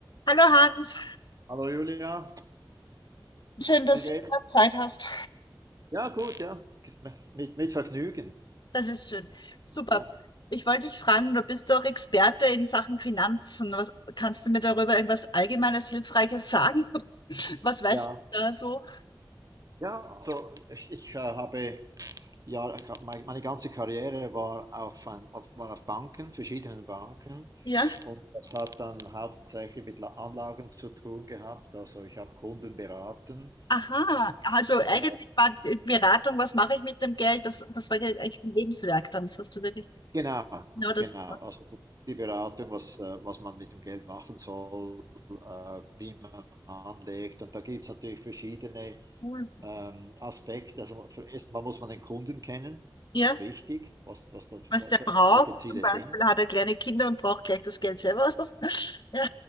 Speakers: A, on the left (about 60°); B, on the right (about 45°).
A: Hallo Hans,
B: Hallo Julia,
A: schön, dass
B: wie geht's?
A: du wieder Zeit hast.
B: Ja, gut, ja. Mit, mit Vergnügen.
A: Das ist schön. Super.
B: Ja,
A: Ich wollte dich fragen, du bist doch Experte in Sachen Finanzen. Was, kannst du mir darüber irgendwas Allgemeines, Hilfreiches sagen? <laughs> Was weißt
B: ja.
A: du da so?
B: Ja, also ich, ich äh, habe, ja, ich hab- mein- meine ganze Karriere war auf, ein, auf, war auf Banken, verschiedenen Banken.
A: Ja.
B: Und das hat dann hauptsächlich mit La- Anlagen zu tun gehabt. Also ich habe Kunden beraten.
A: Aha, also eigentlich
B: äh,
A: war die Beratung, was mache ich mit dem Geld? Das, das war ja eigentlich ein Lebenswerk dann. Das hast du wirklich
B: Genau,
A: genau das
B: genau.
A: gemacht.
B: Also die Beratung, was, äh, was man mit dem Geld machen soll, äh, wie man anlegt. Und da gibt es natürlich verschiedene
A: Cool.
B: ähm, Aspekte. Also für- erstmal muss man den Kunden kennen.
A: Ja,
B: Das ist wichtig, was, was da für
A: was der
B: für
A: braucht.
B: Anlageziele
A: Zum Beispiel
B: sind.
A: hat er kleine Kinder und braucht gleich das Geld selber. <laughs> Ja,